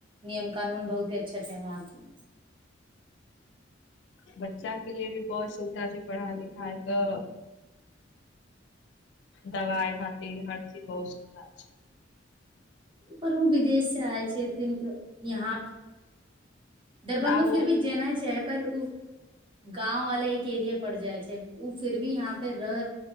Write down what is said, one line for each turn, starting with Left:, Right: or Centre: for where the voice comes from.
Right: नियम कानून बहुते अच्छा छै उहां के।
Left: बच्चा के लिए भी बहुत सुविधा छै पढ़ाइ लिखाइ क दवाइ भाति हर चीज बहुत सुविधा छै।
Right: पर उ विदेश से आएल छथिन त इहाँ दरभंगा
Left: आब
Right: फिर भी जेनाइ छे, पर उ गाँंव वाला एक एरिया पड़ जाइ छै उह फिर भी यहाँ पे रह